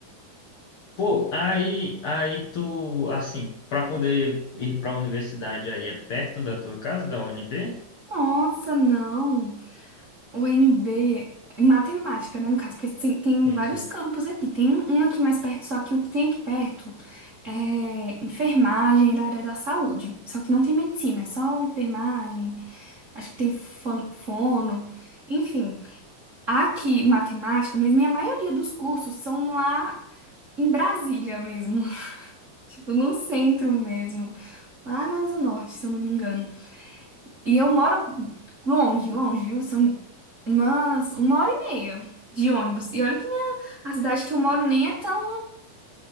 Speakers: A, on the left; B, on the right.
A: Pô, aí, aí tu, assim, pra poder ir pra universidade aí, é perto da tua casa, da UNB?
B: Nossa, não. O NB, em matemática, né? No caso, porque tem, tem
A: Sim,
B: vários
A: sim,
B: campos aqui. Tem um aqui mais perto, só que o que tem aqui perto é enfermagem é da área da saúde. Só que não tem medicina, é só enfermagem. Acho que tem fon- fono. Enfim. Aqui, matemática, mesmo, e a maioria dos cursos são lá em Brasília mesmo, <laughs> tipo, no centro mesmo, lá na Asa Norte, se eu não me engano. E eu moro longe, longe, viu? São umas uma hora e meia de ônibus. E olha que minha, a cidade que eu moro nem é tão,